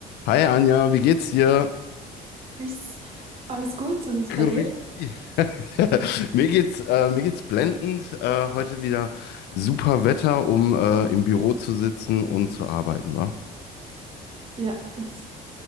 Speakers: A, on the left; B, on the right.
A: Hi Anja, wie geht's dir?
B: Tschüss. Alles gut und
A: Grüezi.
B: bei dir?
A: <laughs> Mir geht's, äh, mir geht's blendend. Äh, heute wieder super Wetter, um äh, im Büro zu sitzen und zu arbeiten, wa?
B: Ja, das